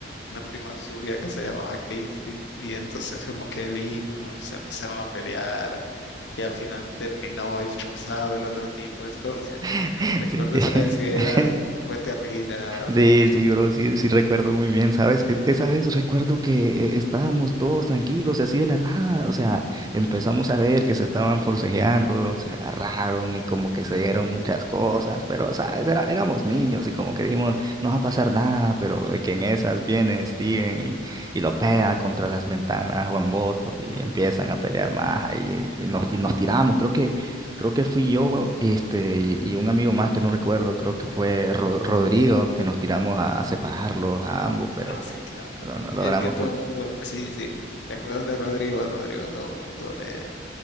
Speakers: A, on the left; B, on the right.
A: una prima suya que se llamaba Cristi y entonces como que vino, se empezaron a pelear y al final terminó expulsado el otro tipo. Es como, <laughs>
B: <laughs>
A: recuerdo
B: Sí. <laughs>
A: esa vez que era, fue terrible, la verdad.
B: Sí, sí, bro, sí, sí recuerdo muy bien, ¿sabes? E- Esa vez recuerdo que eh, estábamos todos tranquilos y así de la nada, o sea, empezamos a ver que se estaban forcejeando, se agarraron y como que se dieron muchas cosas, pero, ¿sabes? Era- éramos niños y como que dijimos, no va a pasar nada, pero de que en esas viene Steven y, y lo pega contra las ventanas Juan Bosco y empiezan a pelear más ahí y nos, y nos tiramos, creo que... Creo que fui yo, este, y y un amigo más que no recuerdo, creo que fue Ro- Rodrigo, que nos tiramos a, a separarlos a ambos, pero
A: Ah,
B: pues
A: sí, claro.
B: no, no logramos
A: Y es que todo
B: mucho.
A: el mundo, sí, sí. ¿Te acuerdas de Rodrigo? A Rodrigo todo el mundo le,